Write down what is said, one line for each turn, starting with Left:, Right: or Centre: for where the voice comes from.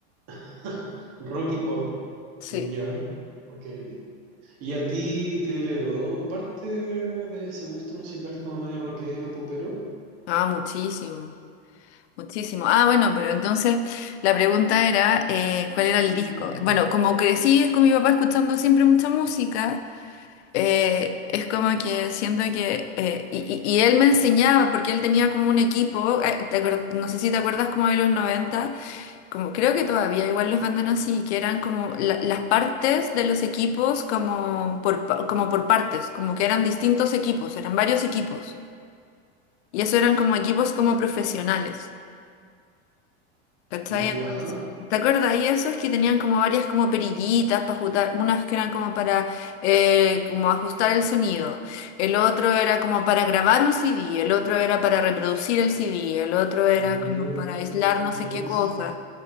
Right: <laughs> Rock y pop.
Left: Sí,
Right: Ya, ok. ¿Y a ti te heredó parte de ese gusto musical como medio rockero, popero?
Left: ah, muchísimo, muchísimo. Ah, bueno, pero entonces la pregunta era, eh, ¿cuál era el
Right: <clears throat>
Left: disco? Bueno, como crecí es con mi papá escuchando siempre mucha música, eh, es como que siento que, eh, y, y- y él me enseñaba, porque él tenía como un equipo, eh, te acuer- no sé si te acuerdas como de los noventa Como, creo que todavía igual los venden así, que eran como la- las partes de los equipos como por, pa- como por partes, como que eran distintos equipos, eran varios equipos. Y eso eran como equipos como profesionales. ¿Cachai?
Right: Ya.
Left: Entonces, ¿te acuerdas? Y esos que tenían como varias como perillitas para ajustar, unas que eran como para eh, como ajustar el sonido, el otro era como para grabar un CD, el otro era para reproducir el CD, el otro era
Right: Mm,
Left: como para aislar no
Right: ok,
Left: sé qué cosa.
Right: sí,